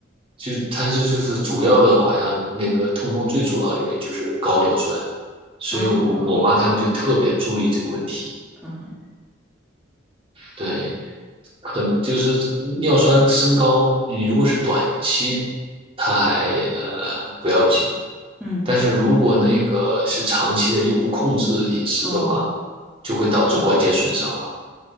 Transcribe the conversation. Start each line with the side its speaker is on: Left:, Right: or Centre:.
Right: 就它是就是主要的，好像那个痛风最主要的原因就是高尿酸，所以我我妈他们就特别注意这个问题。
Centre: 哦，嗯
Right: 对，很就是尿酸升高，你如果是短期，它还呃不要紧，
Centre: 嗯，
Right: 但是如果那个是长期的又不控制饮食的话，
Centre: 哦，
Right: 就会导致关节损伤了，
Centre: 呃，